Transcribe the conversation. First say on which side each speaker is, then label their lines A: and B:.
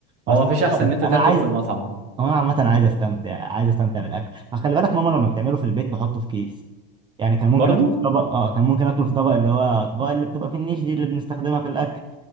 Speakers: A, on the right; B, on the right.
A: اصل
B: هو مفيش
A: خلاص
B: احسن ان انت
A: انا
B: تاكل
A: عايز
B: في المطعم
A: هو انا عامة عايز استمتع عايز استمتع بالاكل فخلي بالك ماما لما بتعمله في البيت بحطه في كيس يعني كان ممكن
B: برضو
A: اكله في طبق اه كان ممكن اكله في طبق اللي هو الاطباق اللي بتبقى في النيش دي اللي بنستخدمها في الاكل